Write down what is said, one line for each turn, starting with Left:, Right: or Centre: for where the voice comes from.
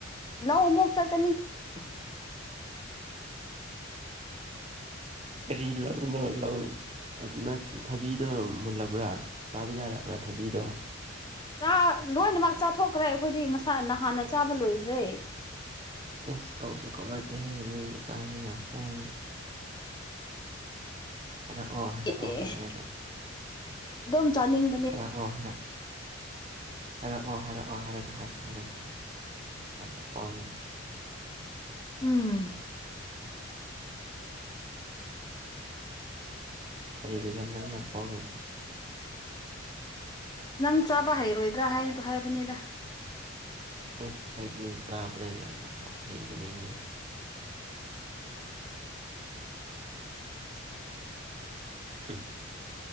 Left: ꯂꯧ ꯑꯃꯨꯛ ꯆꯠꯀꯅꯤ
Right: <unintelligible> ꯀꯔꯤ ꯂꯧꯅꯣꯂꯧ ꯅꯣꯏ ꯊꯕꯤꯗꯣ ꯃꯨꯜꯂꯕ꯭ꯔꯥ ꯆꯥꯕ ꯌꯥꯔꯕ꯭ꯔꯥ ꯊꯕꯤꯗꯣ
Left: ꯆꯥ ꯂꯣꯏꯅꯃꯛ ꯆꯥꯊꯣꯛꯈ꯭ꯔꯦ ꯑꯩꯈꯣꯏꯗꯤ ꯉꯁꯥ ꯅꯍꯥꯟꯅ ꯆꯥꯕ ꯂꯣꯏꯈ꯭ꯔꯦ
Right: ꯏꯁ ꯀꯧꯁꯨ ꯀꯧꯔꯛꯇꯦꯍꯦ ꯃꯤ ꯃꯆꯥꯁꯤ ꯌꯥꯝ ꯄꯣꯡꯕ ꯍꯥꯏꯔꯛ ꯑꯣ ꯍꯥꯢꯔꯛ ꯑꯣ
Left: ꯑꯦ
Right: ꯍꯥꯏꯔꯒꯥ
Left: ꯑꯗꯨꯝ ꯆꯥꯅꯤꯡ
Right: ꯍꯥꯏꯔꯛꯑꯣ ꯍꯥꯏꯔꯛ ꯍꯥꯏꯔꯛꯑꯣ ꯍꯥꯏꯔꯛꯑꯣ ꯍꯥꯏꯔꯒ ꯍꯥꯏꯁꯨ ꯍꯥꯏꯔꯛꯇꯦ ꯌꯥꯝꯅ ꯄꯣꯡꯉꯦ
Left: ꯎꯝ
Right: ꯀꯔꯤꯒꯤꯔꯥ ꯅꯪꯅ ꯄꯣꯡꯉꯤꯁꯦ
Left: ꯅꯪ ꯆꯥꯕ ꯍꯩꯔꯣꯏꯗ꯭ꯔꯥ ꯍꯥꯏ ꯍꯥꯏꯕꯅꯤꯗ
Right: ꯑꯦꯁ ꯑꯩꯗꯤ ꯆꯥꯕꯗ ꯌꯥꯝꯅ ꯍꯩꯕꯅꯤꯅꯦ <unintelligible>